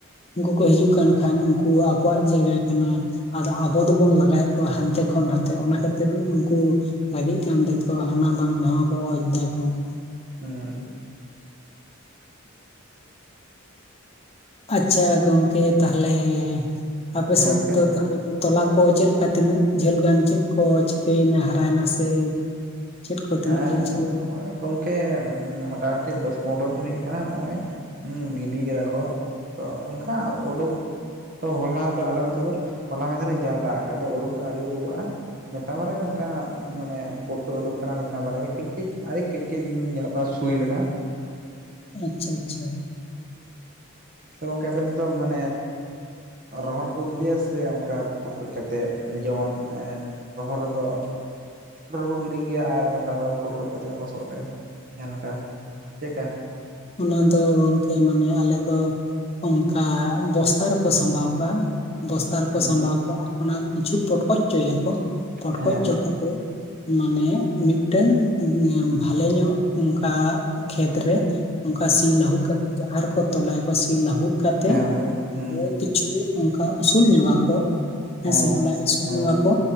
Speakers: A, on the left; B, on the right.
A: ᱩᱱᱠᱩ ᱠᱚ ᱦᱤᱡᱩᱜ ᱠᱟᱱ ᱠᱷᱟᱱ ᱩᱱᱠᱩ ᱟᱠᱚᱣᱟᱜ ᱡᱟᱭᱜᱟ ᱠᱟᱱᱟ ᱾ ᱟᱫᱚ ᱟᱵᱚ ᱫᱚᱵᱚᱱ ᱞᱟᱜᱟᱭᱮᱫ ᱠᱚᱣᱟ ᱦᱟᱱᱛᱮ ᱠᱷᱚᱱ ᱱᱟᱛᱮ ᱚᱱᱟ ᱠᱷᱟᱹᱛᱤᱨ ᱩᱱᱠᱩ ᱨᱟᱜᱤᱜ ᱠᱟᱱ ᱛᱮᱠᱚ, ᱦᱟᱱᱟ ᱵᱟᱝ ᱱᱚᱣᱟ ᱠᱚ ᱚᱡᱽ ᱫᱟᱠᱚ ᱾
B: ᱦᱮᱸ ᱾
A: ᱟᱪᱪᱷᱟ, ᱜᱚᱝᱠᱮ ᱛᱟᱦᱞᱮ ᱟᱯᱮ
B: ᱦᱮᱸ
A: ᱥᱮᱫ
B: ᱜᱚᱝᱠᱮ
A: ᱫᱚ ᱛᱟᱦᱞᱮ ᱛᱚᱞᱟ ᱠᱚ ᱪᱮᱫ ᱞᱮᱠᱟ ᱛᱤᱱᱟᱹᱜ ᱡᱷᱟᱹᱞ ᱜᱟᱱ ᱪᱮᱫ ᱠᱚ ᱪᱤᱠᱟᱹᱭᱮᱱᱟ ᱦᱟᱨᱟᱭᱮᱱᱟ ᱥᱮ ᱪᱮᱫ ᱠᱚ ᱛᱤᱱᱟᱹᱜ
B: ᱦᱮᱸ
A: ᱡᱷᱟᱹᱞ ᱪᱤᱠᱟᱹ
B: ᱱᱚᱜᱼᱚᱭ ᱜᱚᱝᱠᱮ ᱠᱮ ᱢᱳᱚᱴᱟᱢᱩᱴᱤ ᱫᱚᱥ ᱯᱚᱱᱨᱚ ᱫᱤᱱ ᱦᱩᱭᱩᱜ ᱠᱟᱱᱟ ᱱᱚᱜᱚᱭ ᱜᱤᱰᱤ ᱠᱮᱫᱟ ᱠᱚ ᱾ ᱛᱚ ᱚᱱᱠᱟ ᱩᱰᱩᱠ ᱛᱚ ᱦᱚᱞᱟ ᱫᱚ ᱟᱞᱮ ᱚᱱᱛᱮ ᱫᱚ ᱦᱚᱞᱟ ᱢᱟᱫᱦᱮᱨ ᱜᱮ ᱡᱟ ᱫᱟᱜ ᱟᱠᱟᱫ ᱫᱚ ᱩᱰᱩᱠ ᱫᱚ ᱟᱹᱣᱨᱤ ᱩᱰᱩᱠᱚᱜᱼᱟ ᱾ ᱢᱤᱫᱴᱟᱝ ᱵᱟᱨᱜᱮ ᱚᱱᱠᱟ ᱢᱟᱱᱮ ᱯᱚᱴᱚᱡᱽ ᱩᱰᱩᱠ ᱟᱠᱟᱱᱟ ᱾ ᱢᱤᱫᱴᱟᱝ ᱵᱟᱨᱭᱟ ᱠᱟᱹᱡ ᱠᱟᱹᱡ ᱟᱹᱰᱤ ᱠᱟᱹᱡ ᱠᱟᱹᱡ ᱧᱮᱞᱚᱜ ᱠᱟᱱᱟ ᱥᱩᱭ ᱞᱮᱠᱟ ᱾
A: ᱟᱪᱪᱷᱟ ᱟᱪᱪᱷᱟ ᱾
B: ᱜᱚᱝᱠᱮ ᱟᱯᱮ ᱫᱚ ᱢᱟᱱᱮ ᱨᱚᱦᱚᱲ ᱨᱮᱠᱚ ᱜᱤᱰᱤᱭᱟ ᱥᱮ ᱚᱱᱠᱟ ᱯᱚᱴᱠᱚᱡᱽ ᱠᱟᱛᱮᱫ ᱡᱮᱢᱚᱱ? ᱨᱚᱦᱚᱨ ᱨᱮᱫᱚ ᱦᱚᱲᱳ ᱠᱚ ᱜᱤᱰᱤᱭ ᱜᱮᱭᱟ ᱟᱨ ᱯᱚᱴᱠᱚᱡᱽ ᱠᱟᱛᱮᱜ ᱞᱚᱥᱚᱫ ᱨᱮ ᱡᱟᱦᱟᱸ ᱞᱮᱠᱟ ᱪᱮᱫᱠᱟ
A: ᱚᱱᱟ ᱫᱚ ᱜᱚᱝᱠᱮ ᱢᱟᱱᱮ ᱟᱞᱮ ᱫᱚ ᱚᱱᱠᱟ ᱵᱚᱥᱛᱟ ᱨᱮ ᱠᱚ ᱥᱟᱵᱟᱹᱣ ᱠᱟᱜᱼᱟ ᱾ ᱵᱚᱥᱛᱟ ᱨᱮᱠᱚ
B: ᱦᱮᱸ
A: ᱥᱟᱢᱵᱟᱣ ᱠᱚᱣᱟ ᱚᱱᱟ ᱠᱤᱪᱷᱩ ᱯᱚᱴᱠᱚᱡ ᱪᱚᱭᱟᱠᱚ ᱯᱚᱴᱠᱚᱪᱚ
B: ᱦᱮᱸ ᱦᱮᱸ
A: ᱠᱟ ᱛᱮ ᱢᱟᱱᱮ ᱢᱤᱫᱴᱟᱝ ᱵᱷᱟᱞᱮ ᱧᱚᱜ ᱚᱝᱠᱟ ᱠᱷᱮᱛ ᱨᱮ ᱚᱝᱠᱟ ᱥᱤ ᱞᱟᱹᱦᱩᱫ ᱠᱟᱛᱮ ᱡᱟᱦᱟ‌ ᱨᱮ ᱠᱚ ᱛᱚᱞᱟᱭᱠᱚ ᱥᱤ ᱞᱟᱹᱦᱩᱫ ᱠᱟᱛ ᱛᱮ
B: ᱦᱮᱸ ᱜᱚᱝᱠᱮ ᱦᱩᱸ
A: ᱠᱤᱪᱷᱩ ᱚᱱᱠᱟ ᱩᱥᱩᱞ ᱧᱚᱜᱼᱟ ᱠᱚ᱾ ᱦᱮᱸᱥᱮ
B: ᱦᱮᱸ
A: ᱚᱸᱰᱮ
B: ᱦᱮᱸ
A: ᱧᱚᱜᱟ ᱠᱚ